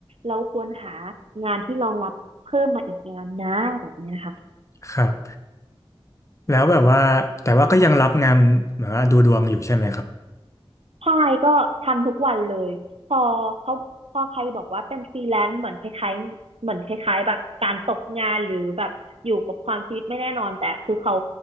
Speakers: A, on the right; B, on the left.
A: เราควรหางานที่รองรับเพิ่มมาอีกงานนะแบบนี้นะคะ
B: ครับแล้วแบบว่าแต่ว่าก็ยังรับงานแบบว่าดูดวงอยู่ใช่ไหมครับ
A: ใช่ก็ทำทุกวันเลยพอเขาพอใครบอกว่าเป็นฟรีแลนซ์เหมือนคล้ายๆเหมือนคล้ายๆแบบการตกงานหรือแบบอยู่กับความชีวิตไม่แน่นอนแต่คือเขา